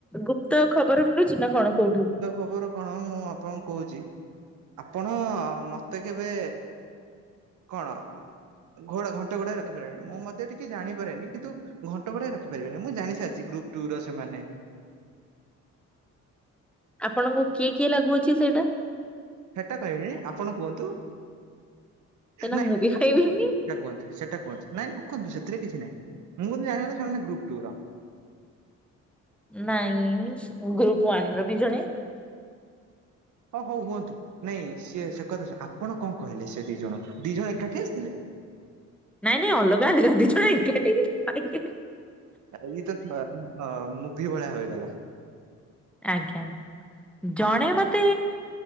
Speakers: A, in the centre; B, on the right.
A: ଗୁପ୍ତ ଖବର ମିଳୁଛି ନା କଣ କୋଉଠୁ?
B: ତ ଖବର କଣ ମୁଁ ଆପଣଙ୍କୁ କହୁଛି ଆପଣ ମତେ କେବେ କଣ ଘୋଡା ଘଣ୍ଟ ଘୋଡା ରଖିପାରିଲଣିି ମୁଁ ମଧ୍ୟ ଟିକେ ଜାଣିପାରେନି କିନ୍ତୁ ଘଣ୍ଟଗୋଡ଼ାଇ ରଖିପାରିବିନି ମୁଁ ଜାଣି ସାରିଛି ଗ୍ରୁପ୍ ଟୁ ର ସେମାନେ।
A: ଆପଣଙ୍କୁ କିଏ କିଏ ଲାଗୁଅଛି ସେଇଟା।
B: ସେଟା କହିବିନି ଆପଣ କୁହନ୍ତୁ
A: ସେଇଟା
B: ନାଇଁ
A: ମୁଁ ବି କହିବିନି
B: <unintelligible> ସେଟାହନ୍ତୁ ସେଟା କୁହୁନ୍ତୁ ନାଇ ରଖନ୍ତୁ ସେଥିରେ କିଛି ନାଇଁ ମୁଁ କିନ୍ତୁ ଜାଣିଲ ସେମାନେ ଗ୍ରପ ଟୁ ର।
A: ନାଇଁ ଗ୍ରୁପ ୱାନ ର ବି ଜଣେ।
B: ହଁ ହଉ ହୁଅନ୍ତୁ ନାଇଁ ସିଏ ସେ କଥା ଆପଣ କଣ କହିଲେ ସେ ଦି ଜଣ ଦି ଜଣ ଏକାଠି ଆସିଥିଲେ?
A: ନାଇଁ ନାଇଁ ଅଲଗା ଅଲଗା ଅଲଗା ଦି ଜଣ ଏକାଠି। ଖାଇବେ।
B: ଏଇ ତ ମୁଭିି ଭଳିଆ ହୋଇଗଲା।
A: ଆଜ୍ଞା
B: ହଁ
A: ଜଣେ ମତେ